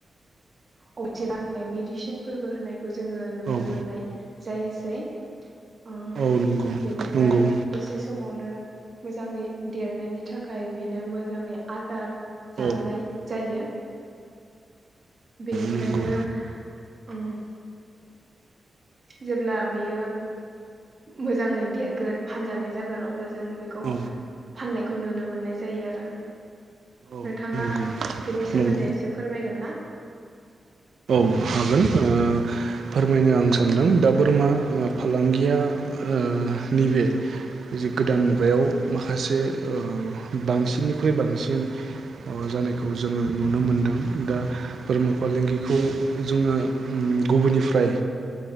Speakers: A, on the right (about 30°); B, on the right (about 65°).
A: अथिाय मेडिसिन फोरबो होनायखौ जोङो नुनो
B: औ
A: मोननाय जायोसै ओ
B: औ नंगौ
A: बेनिफ्राय
B: नंगौ
A: दसे समावनो मोजाङै देरनायनि थाखाय बिनो मोजाङै आदार जाहोनाय
B: औ
A: जायो बेनिफ्रायनो
B: नंगौ नंगौ औ
A: उ जेब्ला बियो मोजाङै देरगोन फानजानाय जागोन अब्ला जों बेखौ
B: औ
A: फाननायखौ नुनो मोननाय जायो आरो
B: औ
A: नोंथाङा
B: नंगौ
A: बिनि सोमोनदै
B: नंगौ
A: फोरमायगोन ना
B: औ हागोन ओ फोरमायनो आं सानदों दा बोरमा फालांगिया ओ नैबे जि गोदान मुगायाव माखासे ओ बांसिननिख्रुइ बांसिन अ जानायखौ जोङो नुनो मोनदों दा बोरमा फालांगिखौ बे खौ जोङो गुबुननिफ्राय